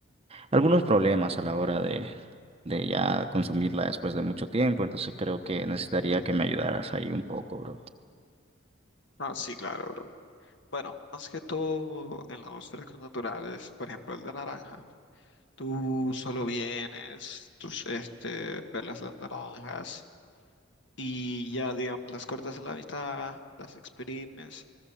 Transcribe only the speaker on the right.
algunos problemas a la hora de, de ya consumirla después de mucho tiempo, entonces creo que necesitaría que me ayudaras ahí un poco, bro.